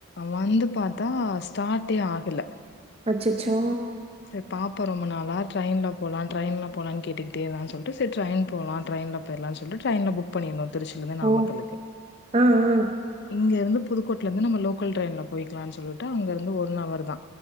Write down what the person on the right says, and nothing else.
அச்சச்சோ
ஓ! ஆ, ஆ,